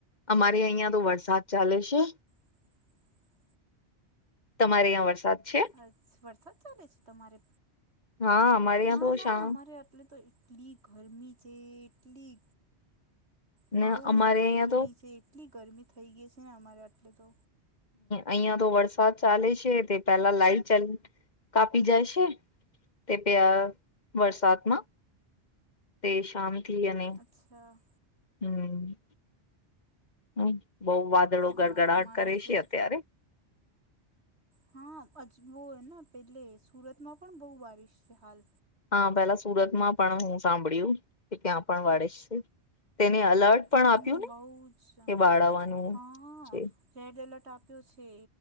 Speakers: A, on the left; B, on the right.
A: અમારે અહિયાં તો વરસાદ ચાલે છે.
B: <inaudible>
A: તમારે ઈયાં વરસાદ. છે
B: અ છ વરસાદ ચાલે છે તમારે
A: હા અમારે ત્યાં
B: ના
A: તો
B: ના
A: શા
B: અમારે આ એટલે તો એટલી ગરમી છે એટલી બઉ
A: ને અમારે
B: જ ગરમી
A: અહિયાં તો
B: છે એટલી ગરમી થઈ ગઈ છે ને અમારે આટલે તો.
A: અહિયા તો વરસાદ ચાલે છે તે તાલા લાઈટ કાપી જાય છે. તે તે આ વરસાદમાં તે શાંતિ અને
B: અચ્છા.
A: હમ્મ. હમ્મ અ બઉ વાદળો
B: અમારે
A: ગડગડાટ
B: અમારે
A: કરે
B: આટલે
A: છે અત્યારે.
B: હા અજબો હેન પેલે સુરતમાં પણ બઉ બારિશ છે હાલ.
A: હા પેલા સુરતમાં પણ હું સાંભળ્યું કે ત્યાં પણ વાળેસ છે તેને અલર્ટ પણ
B: હમ
A: આપ્યું ને
B: બહુ જ
A: એ બાળવાનું
B: હા
A: છે
B: રેડ એલર્ટ આપ્યું છે